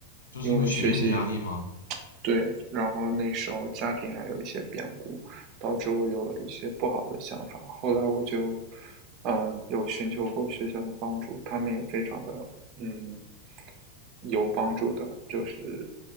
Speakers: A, on the left; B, on the right.
A: 就是因为学业的压力吗？
B: 因为学习对，然后那时候家庭还有一些变故，导致我有了一些不好的想法，后来我就，嗯、有寻求过学校的帮助，他们也非常的，嗯。有帮助的，就是